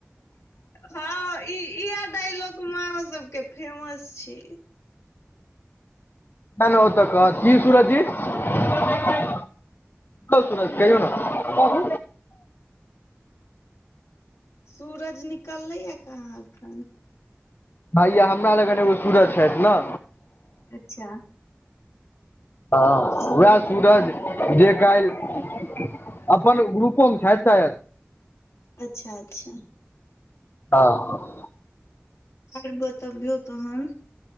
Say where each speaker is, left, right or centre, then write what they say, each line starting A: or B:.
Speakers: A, on the left; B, on the left.
A: हँ ई इह डायलॉग माओ सब के फेमस छै।
B: मन होता त कहत की सूरज जी। कि यौ सूरज कहियौ ने, कहु
A: सूरज निकललै ये कहाँ एखन।
B: भाई हमरा लग एगो सूरज छथि ने।
A: अच्छा।
B: हँ
A: सु
B: वैह सूरज जे काल्हि अपन ग्रुपोमे छथि ते
A: अच्छा अच्छा
B: हँ
A: आर बतबियौ तखन